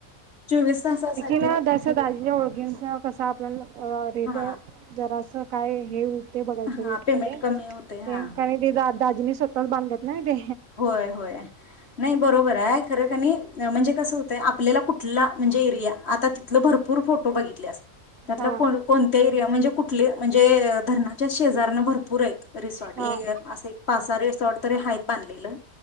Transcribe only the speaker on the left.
चोवीस तासा सा
हा
हा
पेमेंट
कमी होते हा
होय होय नाही बरोबर आहे खरं कनीआणि म्हणजे कसं होतंय आपल्याला कुठला म्हणजे एरिया आता तिथलं भरपूर फोटो बघितलेस त्यातला
को कोणत्या एरिया म्हणजे कुठले म्हणजे धरणाच्या शेजऱ्याना भरपूर आहेत रिसॉर्ट
असं एक पाच सहा रिसॉर्ट तरी आहेत बांधलेलं